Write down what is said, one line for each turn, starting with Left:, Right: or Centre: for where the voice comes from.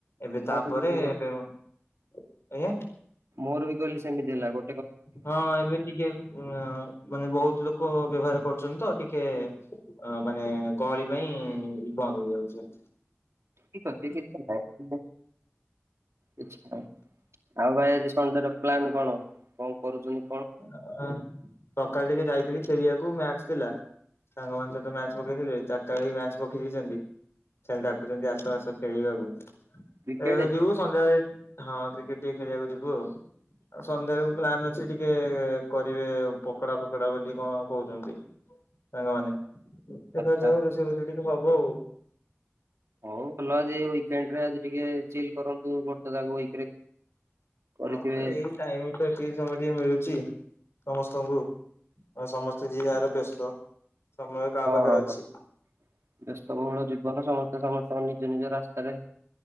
Left: ଏବେ
Right: ମୋର
Left: ତାପରେ
Right: ବି ସେମିତି
Left: ଏବେ ଆଜ୍ଞା।
Right: ମୋର ବି କଲି ସେମତି ହେଲା। ଗୋ
Left: ହଁ ଏବେ ଟିକେ ଅଂ ମାନେ ବହୁତ ଲୋକ ବ୍ୟବହାର କରୁଚନ୍ତି ତ ଟି ଟିକେ ଅଂ ମାନେ ଗହଳି ପାଇଁ ବନ୍ଦ ହେଇଯାଉଚି।
Right: ଠିକ ଅଛି କିଛି ନାହିଁ <unintelligible> କିଛି ନାଇଁ ଆଉ ଭାଇ ଆଜି ସନ୍ଧ୍ୟାରେ ପ୍ଲାନ କଣ କଣ କରୁଚନ୍ତି?
Left: ସକାଳେ ଟିକେ ଯାଇଥିଲି ଖେଳିୟାକୁ, ମ୍ୟାଚ ଥିଲା। ସାଙ୍ଗମାନେ ସହିତ, ମ୍ୟାଚ ପକେଇଥିଲେ। ଚାର ତାରିଖ, ମ୍ୟାଚ ପଖେଇ ଦେଇଚନ୍ତି। ଖାଲି ଡାକୁଚନ୍ତି ଆସ, ଆସ ଖେଳିବାକୁ।
Right: କ୍ରିକେଟ୍
Left: ଏବେ ଯିବୁ ସନ୍ଧ୍ୟାରେ ହଁ କ୍ରିକେଟ ଟିକେ ଖେଳିୟାକୁ ଯିବୁ ଆଉ। ସନ୍ଧ୍ୟାବେଳକୁ ପ୍ଲାନ୍ ଅଛି ଟି ଟିକେ କରିବେ ପକଡା, ଫକଡା ବୋଲି କଣ, କହୁଚନ୍ତି। ସାଙ୍ଗମାନେ। ଦେଖା
Right: ଆଚ୍ଛା
Left: ଯାଉ ରୋଷେଇ, ଫୋଷେଇ ଟିକେ ହବ ଆଉ।
Right: ହଉ ବୁଲ ଆଜି ଉଇକେଣ୍ଟ୍ ରେ, ଆଜି ଟିକେ ଚିଲ କରନ୍ତୁ। ଯାକ ୱିକ୍ ରେ କରିଥିବେ
Left: ହଁ ଏଇ ଟାଇମ ତ ଟିକିଏ ସମୟ ଟିକେ ମିଳୁ ଚି, ସମସ୍ତଙ୍କୁ। ସମସ୍ତେ ଯିଏ ଯାର ବ୍ୟସ୍ତ। ସମୟ କାହା
Right: ହଁ।
Left: ପାଖରେ ଅଛି।
Right: ବ୍ୟସ୍ତବହୁଳ ଜୀବନ ସମ ସମସ୍ତଙ୍କ ନିଜ, ନିଜ ରାସ୍ତାରେ।